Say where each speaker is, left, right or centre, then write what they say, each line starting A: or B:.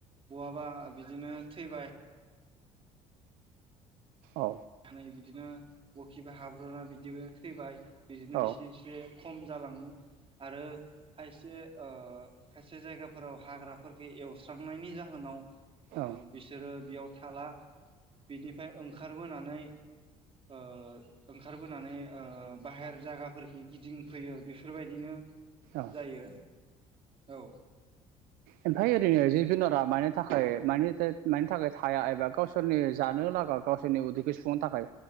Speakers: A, on the right (about 40°); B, on the right (about 75°).
A: बहाबा बिदिनो थैबाय
B: औ
A: थानानै बिदिनो बखिबा हाबो बिदिबो थैबाय बिदिनो
B: औ
A: एसे एसे खम जालाङो आरो खायसे ओ खायसे जायगाफोराव हाग्राफोरखो एवस्रांनायनि जाहोनाव ओ
B: औ
A: बिसोरो बेयाव थाला बिनिफ्राय ओंखार बोनानै ओ ओंखारबोनानै ओ बाहेर जायगाफोरखि गिदिंफैयो बेफोरबायदिनो
B: औ
A: जायो औ।
B: ओमफ्राय ओरैनो जिब जुनारा मानि थाखाय मानि थाखाय थाया एबा गावसोरनि जानो गावसोरनि उदैखौै सुफुंनो थाखाय